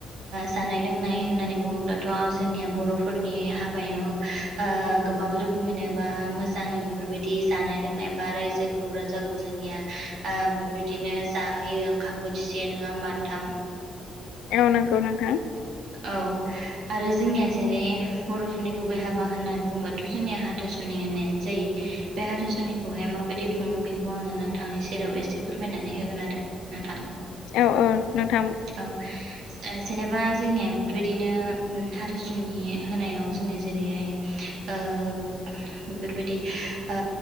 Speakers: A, on the right; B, on the left.
A: जानाय लोंनाय होननानै बुङोब्ला थ' जोंनिया बर'फोरनि हाब हाबायाव ओ गोबां रोखोमैनो बा मोजाङै बेफोरबायदि जानाय लोंनाय बा रायजो खौ राजाखौ जोंनिया ओ बेफोरबायदिनो जाहोयो ओंखाम बोथिसे नोङा होमबा नोंथां।
B: औ नंगौ नोंथां।
A: औ आरो जोंनिया जेरै बर'फोरनि गुबै हाबा होननानै बुंबाथ' जोंनिया हाथासुनि होननायानो जा जायो बे हाथासुनिखौहाय माबायदि खुंङो बेखौ आंङो नोंथांनि सेराव एसे फोरमायनानै होगोन आरो दे नोंथां
B: औ औ नोंथां
A: औ ओ जेनेबा जोंनिया बेफोरबायदिनो हाथासुनि होनायाव जोंनिया जेरैहाय ओ बेफोरबायदि ओ